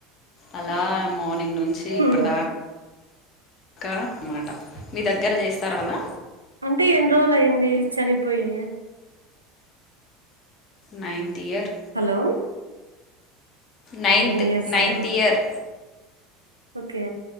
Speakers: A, on the left; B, on the right.
A: అలా మార్నింగ్ నుంచి ఇప్పుటిదాకా
B: ఉమ్
A: ఇకా మాట మీ దగ్గర చేస్తారలా
B: అంటే ఎన్ని రోజులు అయింది చనిపోయి
A: ninth year
B: hello
A: ninth
B: nine ఇయర్సా
A: నైన్త్ ఇయర్
B: ఓకే